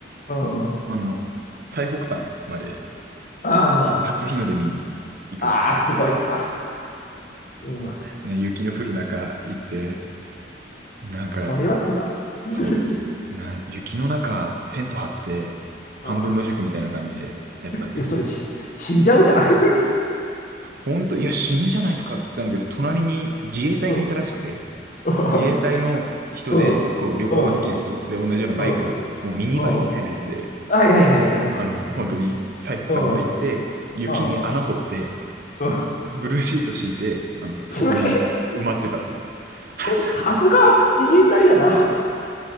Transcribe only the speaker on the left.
うん。あ
あ、
ああ、すごいな。うん。
それはつらい。
<laughs>
うんえ、それし、死んじゃうじゃん。<laughs>
うん。う
ん。うん。
うん。
うん。
うんはいはいはい。うん。
う
ん。うん。
すげえ、うんさすが自衛隊だな。